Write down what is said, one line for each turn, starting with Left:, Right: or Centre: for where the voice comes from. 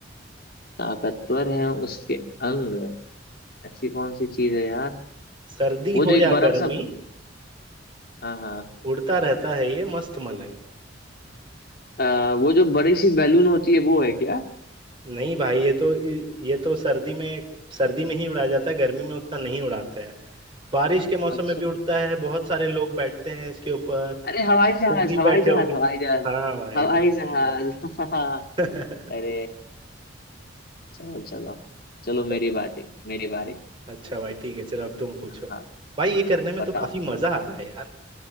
Left: ताकतवर है उसके अंग ऐसी कौन सी चीज है यार
Right: सर्दी
Left: वो
Right: हो
Left: जो एक
Right: या
Left: बड़ा
Right: गर्मी
Left: सा हाँ हाँ
Right: उड़ता रहता है ये मस्त मलंग
Left: आ, वो जो बड़ी सी बैलून होती है वो है क्या
Right: नहीं भाई ये तो ये तो सर्दी में सर्दी में ही उड़ाया जाता है गर्मी में उतना नहीं उड़ाते हैं बारिश के मौसम
Left: अच्छा
Right: में भी उड़ता है बहुत सारे लोग बैठते हैं इसके ऊपर
Left: अरे हवाई
Right: तुम
Left: जहाज
Right: भी
Left: हवाई
Right: बैठे
Left: जहाज
Right: होगे
Left: हवाई जहाज
Right: हाँ भाई
Left: हवाई
Right: एकदम सही
Left: जहाज <laughs>
Right: जवाब
Left: अरे चलो चलो चलो मेरी
Right: <laughs>
Left: बारी मेरी बारी
Right: अच्छा भाई ठीक है चलो अब तुम पूछो
Left: हाँ
Right: भाई ये करने में
Left: बताओ
Right: तो काफी मजा आ रहा है यार